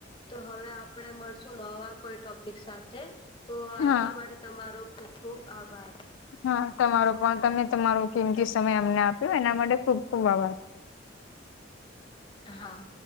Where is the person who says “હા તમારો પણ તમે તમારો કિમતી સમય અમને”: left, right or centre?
Left